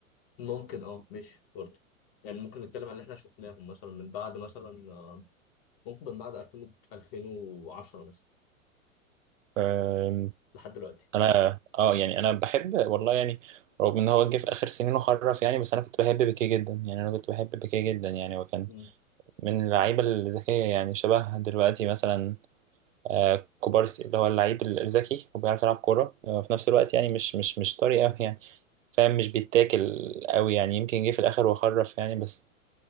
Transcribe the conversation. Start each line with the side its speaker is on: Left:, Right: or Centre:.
Left: ممكن اه ماشي برضه يعني ممكن نتكلم عن اللي احنا شفناهم مثلا من بعد مثلا آه، ممكن من بعد 2000 2010 مثلا
Right: آم،
Left: لحد دلوقتي
Right: انا اه يعني انا بحب والله يعني رغم ان هو جه في اخر سنين وخرف يعني بس انا كنت بحب بيكيه جدا يعني انا كنت بحب بيكيه جدا يعني هو كان
Left: مم.
Right: من اللعيبة الذكية يعني شبه دلوقتي مثلا آه، كوبارسي اللي هو اللعيب الذكي وبيعرف يلعب كورة آه، في نفس الوقت يعني مش مش مش طري قوي يعني فاهم مش بيتاكل قوي يعني يمكن جه في الاخر وخرف يعني بس